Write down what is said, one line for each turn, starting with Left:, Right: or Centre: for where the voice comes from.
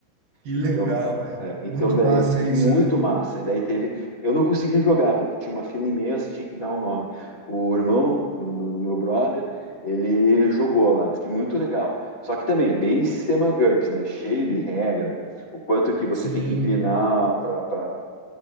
Right: Que legal,
Left: Então,
Right: velho.
Left: é, então
Right: Muito
Left: daí,
Right: massa isso,
Left: muito
Right: né?
Left: massa. E daí teve. Eu não consegui jogar, porque tinha uma fila imensa, tinha que dar o nome. O irmão do, do- do meu brother, ele jogou lá, disse que muito legal. Só que também, bem sistema GURPS, né? Cheio de regra. O quanto que você
Right: Sim.
Left: tem que inclinar para para